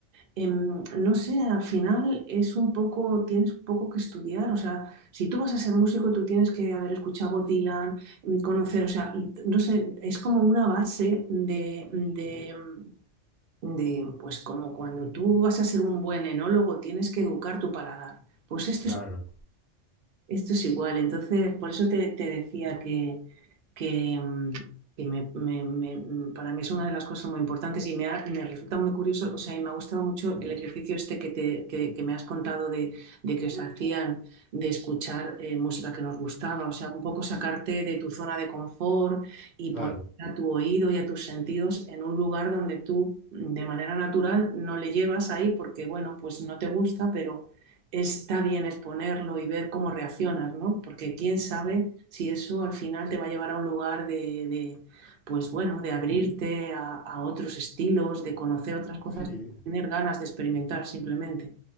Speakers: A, on the right (about 55°); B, on the left (about 60°).
A: em, no sé, al final es un poco, tienes un poco que estudiar, o sea, si tú vas a ser músico, tú tienes que haber escuchado Bob Dylan, mm, conocer, o sea, no sé, es como una base de, de, de, pues como cuando tú vas a ser un buen enólogo, tienes que educar tu paladar. Pues esto
B: Claro,
A: es esto es igual, entonces por eso te, te decía que, que, mm, que me- me- me- mm, para mí es una de las cosas muy importantes y me, ha- me resulta muy curioso, o sea, y me ha gustado mucho el ejercicio este que, te, que, que me has contado de, de que os hacían de escuchar eh, música que nos gustaba, o sea, un poco sacarte de tu zona de confort y
B: claro.
A: poner a tu oído y a tus sentidos en un lugar donde tú mm, de manera natural no le llevas ahí porque, bueno, pues no te gusta, pero está bien exponerlo y ver cómo reaccionas, ¿no? Porque quién sabe si eso al final te va a llevar a un lugar de, de, pues bueno, de abrirte a, a otros estilos, de conocer otras cosas,
B: Sí,
A: tener ganas de experimentar simplemente.